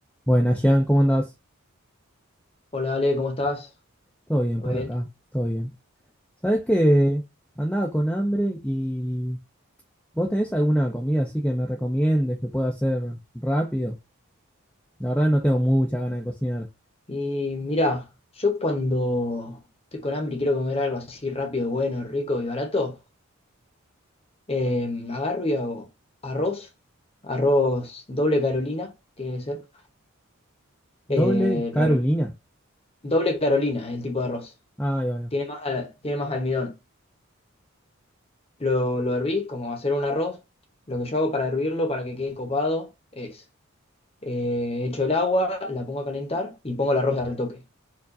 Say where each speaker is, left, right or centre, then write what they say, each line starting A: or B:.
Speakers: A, in the centre; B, on the left.
A: Buenas, Jan, ¿cómo andás?
B: Hola Ale, ¿cómo estás?
A: Todo bien
B: ¿Todo
A: por
B: bien?
A: acá, todo bien. ¿Sabés que andaba con hambre y vos tenés alguna comida así que me recomiendes que pueda hacer rápido? La verdad no tengo mucha ganas de cocinar.
B: Y mira, yo cuando estoy con hambre y quiero comer algo así rápido, bueno, rico y barato, eh, agarro y hago arroz, arroz doble Carolina, tiene que ser,
A: ¿Doble
B: eh,
A: Carolina?
B: lo her- doble Carolina, el tipo de arroz,
A: Ay, ay, ay.
B: tiene más, al- tiene más almidón. Lo, lo herví, como hacer un arroz, lo que yo hago para hervirlo, para que quede copado, es, eh, echo el agua, la pongo a calentar y pongo el arroz al toque.